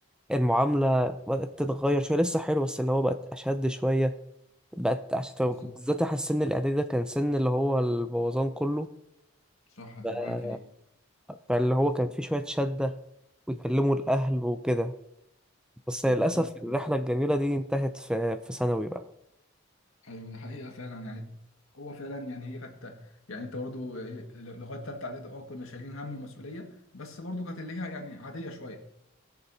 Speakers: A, in the centre; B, on the left.
A: المعاملة بدأت تتغير شوية لسه حلو بس اللي هو بقت أشد شوية بقت عشان
B: بالظبط
A: بالذات أحس السن الإعدادي ده كان سن اللي هو البوظان كله
B: صح انا
A: ف-
B: معاك في دي
A: فاللي هو كان فيه شوية شدة ويكلموا الأهل وكده بس للأسف
B: بالظبط
A: الرحلة الجميلة دي انتهت في في ثانوي بقى
B: ايوه دي حقيقه فعلا يعني هو فعلا يعني هي كانت يعني انت برضو ايه لغايه ثالثه اعدادي اه كنا شايلين هم ومسؤوليه بس برضو كانت اللي هي يعني عاديه شويه